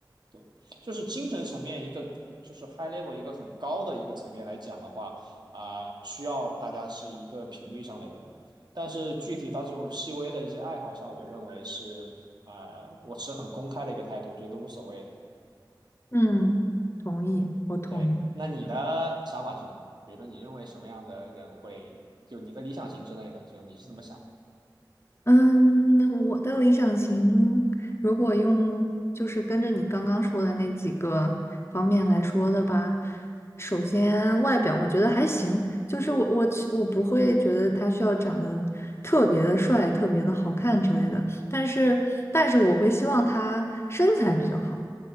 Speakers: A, on the right (about 60°); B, on the left (about 35°).
A: 对，就是精神层面一个，呃就是 high level 一个很高的一个层面来讲的话，啊、需要大家是一个频率上的人。但是具体到这种细微的一些爱好上，我认为是啊、我持很公开的一个态度，觉得无所谓的。
B: 嗯，同意，我同意。
A: 对，那你的想法是什么？比如说，你认为什么样的人会，就你的理想型之类的，就你是怎么想？
B: 嗯，我的理想型，如果用就是跟着你刚刚说的那几个方面来说的吧，首先外表我觉得还行，就是我我其我不会觉得他需要长得特别的帅、特别的好看之类的，但是但是我会希望他身材比较好。